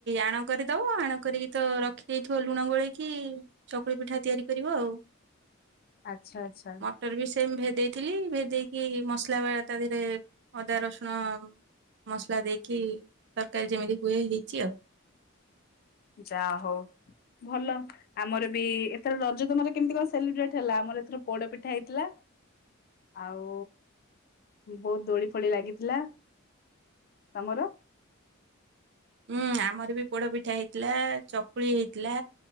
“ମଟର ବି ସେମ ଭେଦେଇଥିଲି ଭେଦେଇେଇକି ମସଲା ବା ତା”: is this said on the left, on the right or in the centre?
Right